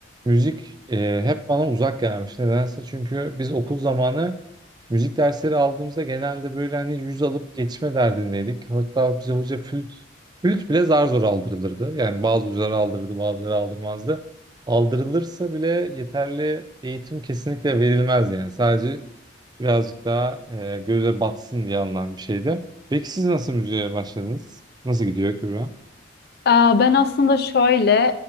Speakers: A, on the right (about 20°); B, on the left (about 55°).
A: müzik e, hep bana uzak gelmiş. Nedense çünkü biz okul zamanı Müzik dersleri aldığımızda genelde böyle hani 100 alıp geçme derdindeydik. Hatta bize hoca flüt, flüt bile zar zor aldırılırdı. Yani bazı hocalar aldırırdı, bazıları aldırmazdı. Aldırılırsa bile yeterli eğitim kesinlikle verilmez yani. Sadece birazcık daha e, göze batsın diye alınan bir şeydi. Peki siz nasıl müziğe başladınız? Nasıl gidiyor Kübra?
B: Aa, Ben aslında şöyle